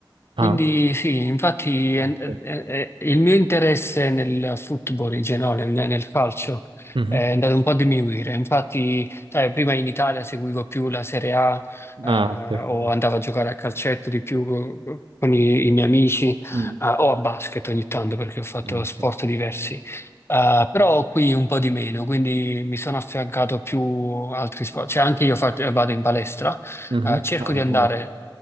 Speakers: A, on the right; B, on the left.
A: Ah,
B: Quindi sì, infatti
A: ok.
B: è- è- è- il mio interesse nel football in generale, nel nel calcio,
A: Mhm.
B: è andato un po' a diminuire. Infatti, sai, prima in Italia seguivo più la Serie A, eh,
A: Ah, ok.
B: o
A: Sì,
B: andavo
A: sì.
B: a giocare a calcetto di più con i, i miei amici, eh,
A: Mm.
B: o a basket ogni tanto perché ho fatto
A: Ah, ok.
B: sport diversi. Eh, però qui un po' di meno, quindi mi sono affiancato più altri sport. Cioè, anche io fac- vado in palestra
A: Mhm.
B: eh, cerco
A: Ah,
B: di andare
A: pure.